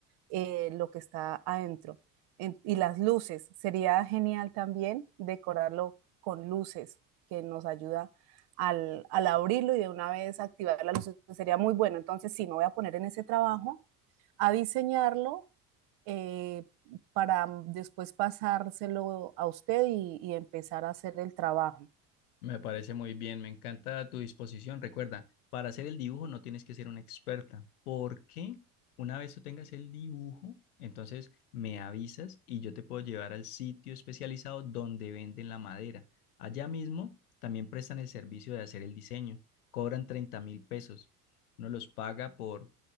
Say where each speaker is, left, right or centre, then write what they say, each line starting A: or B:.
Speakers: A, on the right; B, on the left.
A: eh, lo que está adentro. En- y las luces, sería genial también decorarlo con luces, que nos ayuda al, al abrirlo y de una vez activar las luces, pues, sería muy bueno. Entonces sí, me voy a poner en ese trabajo a diseñarlo eh, para después pasárselo a usted y y empezar a hacer el trabajo.
B: Me parece muy bien, me encanta tu disposición. Recuerda, para hacer el dibujo no tienes que ser una experta, porque una vez tú tengas el dibujo, entonces me avisas y yo te puedo llevar al sitio especializado donde venden la madera. Allá mismo también prestan el servicio de hacer el diseño. Cobran treinta mil pesos. Uno los paga por